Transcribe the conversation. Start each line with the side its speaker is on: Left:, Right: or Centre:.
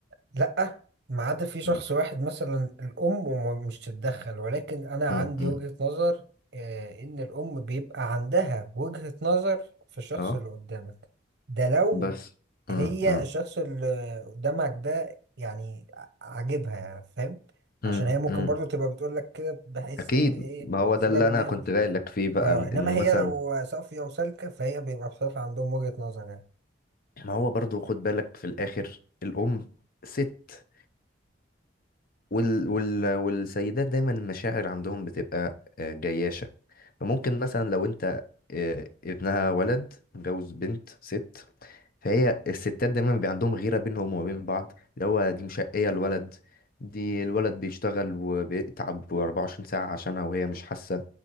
Right: لا ما عدا في شخص
Left: م- م-
Right: واحد مثلا الام وم- مش تتدخل ولكن انا عندي
Left: م- م.
Right: وجهة نظر آه ان الام بيبقى عندها وجهة نظر في الشخص
Left: اه
Right: اللي قدامك ده لو
Left: بس م-
Right: هي
Left: م-
Right: الشخص اللي قدامك ده يعني ع- عاجبها فاهم
Left: م-
Right: عشان هي ممكن
Left: م-
Right: برضو تبقى بتقول لك كده بحيث
Left: اكيد
Right: ان ايه
Left: ما هو
Right: بسبب
Left: ده اللي
Right: ان
Left: انا
Right: هي
Left: كنت
Right: مش
Left: جاي لك فيه بقى
Right: اه
Left: ان
Right: انما هي
Left: مثلا
Right: لو صافية وسالكة فهي بيبقى بصراحة عندهم وجهة نظر يعني
Left: ما هو برضو خد بالك في الاخر الام ست وال وال والسيدات دايما المشاعر عندهم بتبقى آه، جياشة فممكن مثلا لو انت آه، ابنها ولد متجوز بنت ست فهي الستات دايما بيبقى عندهم غيرة بينهم وبين بعض اللي هو دي مشقية الولد دي الولد بيشتغل وبيتعب 24 ساعة عشانها وهي مش حاسة